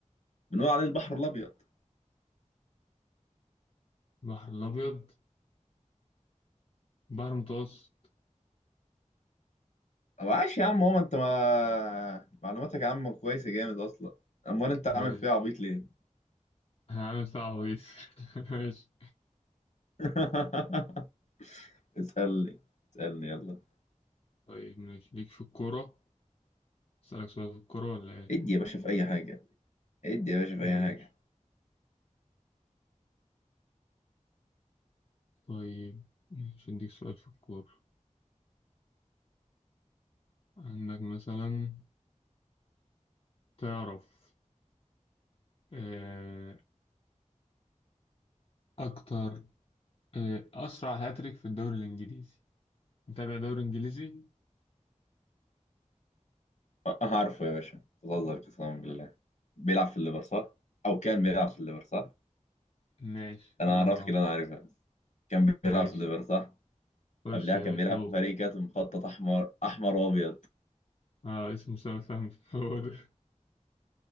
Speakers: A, on the left; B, on the left.
A: بنقول عليه البحر الأبيض
B: البحر الأبيض البحر المتوسط
A: طب عاش يا عم هو انت ما معلوماتك يا عم كويسه جامد اصلا امال انت عامل
B: ماشي
A: فيها عبيط ليه
B: هعمل صعب دي <laughs> ماشي
A: <laughs> اسالني اسالني يلا
B: طيب ماشي ليك في الكورة أسألك سؤال في الكورة ولا إيه؟
A: ادي يا باشا في اي حاجه ادي يا باشا في
B: ماشي
A: اي حاجه
B: طيب ماشي أديك سؤال في الكورة عندك مثلا تعرف آه، أكتر آه، أسرع هاتريك في الدوري الإنجليزي متابع دوري إنجليزي؟
A: أه، عارفه يا باشا بتهزر قسما بالله بيلعب في الليفر صح او كان بيلعب في الليفر صح
B: ماشي الله
A: انا اعرفك
B: ينور
A: اللي انا عارفها بس كان
B: ماشي
A: بيلعب في الليفر صح
B: خش
A: قبلها
B: يا
A: كان
B: باشا
A: بيلعب
B: هو
A: في فريق كانت مخطط احمر احمر وابيض
B: اه اسمه سام سام <laughs> هو ده